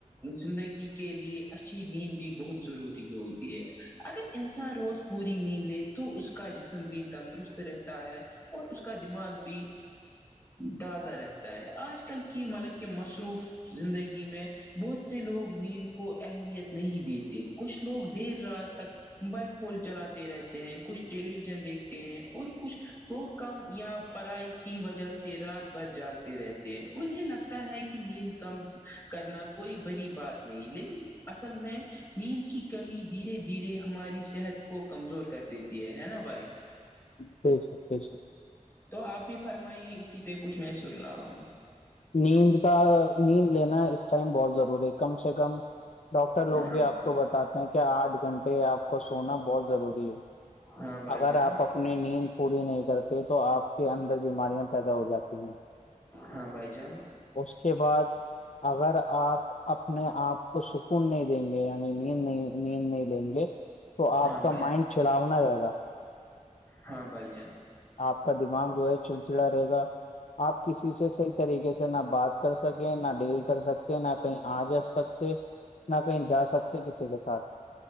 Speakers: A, on the left; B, on the left.
A: زندگی کے لیے اچھی نیند بھی بہت ضروری ہوتی ہے اگر انسان روز پوری نیند لے تو اس کا جسم بھی تندرست رہتا ہے اور اس کا دماغ بھی تازہ رہتا ہے آج کل کی ملب کہ مصروف زندگی میں بہت سے لوگ نیند کو اہمیت نہیں دیتے کچھ لوگ دیر رات تک موبائل فون چلاتے رہتے ہیں کچھ ٹیلی ویژن دیکھتے ہیں اور کچھ وہ کم یا پرائی کی وجہ سے رات بھر جاگتے رہتے ہیں انہیں لگتا ہے کہ نیند کم کرنا کوئی بریی بات نہیں لیکن اصل میں نیند کی کمی دھیرے دھیرے ہماری صحت کو کمزور کر دیتی ہے نا بھائی
B: پی سر پی سر
A: تو آپ بھی فرمائیے اسی پہ کچھ میں سن رہا ہوں
B: نیند کا نیند لینا اس ٹائم بہت ضروری ہے کم سے کم ڈاکٹر لوگ
A: ہاں
B: بھی آپ کو بتاتے ہیں کہ آٹھ گھنٹے آپ کو سونا بہت ضروری ہے
A: ہاں بھائی
B: اگر
A: جان
B: آپ اپنی نیند پوری نہیں کرتے تو آپ کے اندر بیماریاں پیدا ہو جاتی ہیں
A: ہاں بھائی جا
B: اس کے بعد اگر آپ اپنے آپ کو سکون نہیں دیں گے یعنی نیند نہیں نیند نہیں لیں گے تو آپ
A: ہاں بھائی
B: کا مائنڈ چڑھاونا رہے گا
A: ہاں بھائی جان
B: آپ کا دماغ جو ہے چڑچڑا رہے گا آپ کسی سے صحیح طریقے سے نہ بات کر سکیں نہ ڈیل کر سکتے ہیں نہ کہیں آ جا سکتے نہ کہیں جا سکتے کسی کے ساتھ